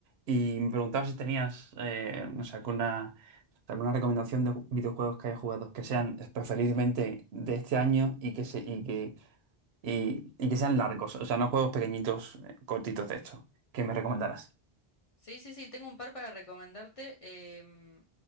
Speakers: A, on the right; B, on the left.
A: Y me preguntaba si tenías, eh, no sé, alguna, alguna recomendación de ju- videojuegos que haya jugado, que sean eh, preferiblemente
B: Sí.
A: de este año y que, se, y que, y, y que sean largos. O sea, no juegos pequeñitos, eh, cortitos de estos, que me recomendaras.
B: Sí, sí, sí, tengo un par para recomendarte. em,